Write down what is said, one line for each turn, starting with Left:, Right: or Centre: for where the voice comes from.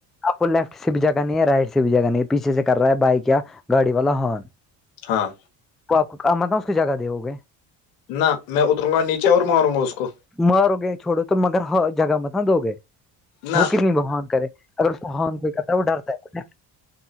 Centre: آپ کو لیفٹ سے بھی جگہ نہیں ہے رائٹ سے بھی جگہ نہیں ہے پیچھ سے کر رہا ہے بائی کیا گاڑی والا ہن
Left: ہاں
Centre: تو آپ کو مطلب اس کی جگہ دو گے
Left: نہ میں اتروں گا نیچے اور ماروں گا اس کو
Centre: مرو گئے چھوڑو تو مگر ہ جگہ مت ن دو گئے
Left: نہ
Centre: وہ کتنی بہان کرے اگران کوئی کرتا ہے وہ ڈرتا ہے